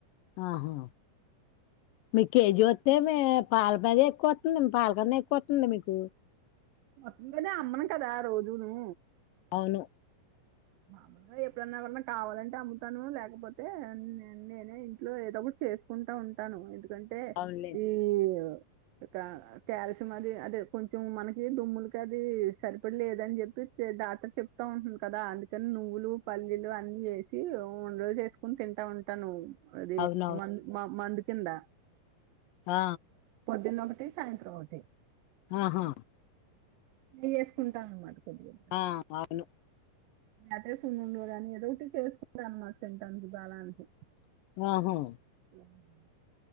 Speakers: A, on the left; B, on the right.
A: ఆహా మీకు కెజోవొతే మె పాలల్పది ఎక్వతుంది పల్కన్నా ఎక్వతాంది మీకు
B: మొత్తంగనే అమ్మను కదా రోజును
A: అవును
B: <inaudible> అ ఎప్పుడన్నా ఎవన్నా కాటావాలంటే అమ్ముతానూ లేకపోతే నేన్ నేనే ఇంట్లో ఏదో ఒకట్ చేస్ కుంటా ఉంటాను ఎందుకంటే
A: అవునులేండి
B: ఈవ్ గా క్యాల్షం అది అదే కొంచెం మనకి డుమ్ములకది సరిపడి లేదని జేప్పి చే డాటర్ చెప్ తోవుతుంది కదా అందుక్ కాన్ నువ్వులు పల్లీలు అన్నీ ఎసి వుండాలు చేస్కొని తింటా ఉంటానూ అదీ
A: అవునవును
B: మన్ మన్ మండుకిండా
A: ఆ
B: పొద్దున ఒకటి సాయింత్ర ఒటి
A: ఆహా
B: నే ఎస్కుంటాం అన్మాట కొద్దిగా
A: ఆ అవును
B: అటే సున్నుండలు అని ఏదో ఒకటి చేస్కుంటా అమ్మాట తింటానికి బలనికి
A: వాహో
B: <inaudible>